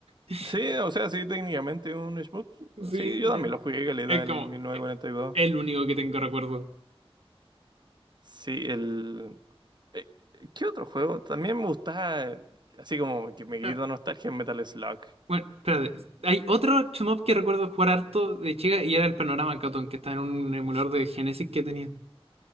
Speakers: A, on the right; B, on the right.
A: <laughs>
B: Sí, o sea, sí, técnicamente un shmup.
A: Sí,
B: Sí, yo
A: ya.
B: también lo jugué caleta
A: Es
B: el
A: como
B: 1942.
A: eh, el único que tengo recuerdo.
B: Sí, el... eh, ¿Qué otro juego? También me gustaba, eh, así como que me grita
A: Eh,
B: nostalgia en Metal Slug.
A: Bueno, espérate. Hay otro shoot 'em up que recuerdo jugar harto de chica y era el Panorama Cotton, que está en un emulador de Genesis que tenía.